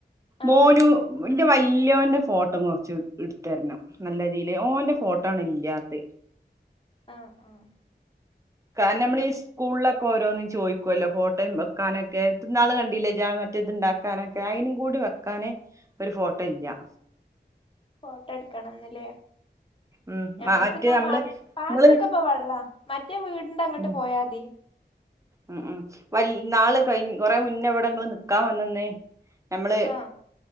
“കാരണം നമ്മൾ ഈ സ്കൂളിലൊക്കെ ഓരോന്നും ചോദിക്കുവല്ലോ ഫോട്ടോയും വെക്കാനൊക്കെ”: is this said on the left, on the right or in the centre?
Right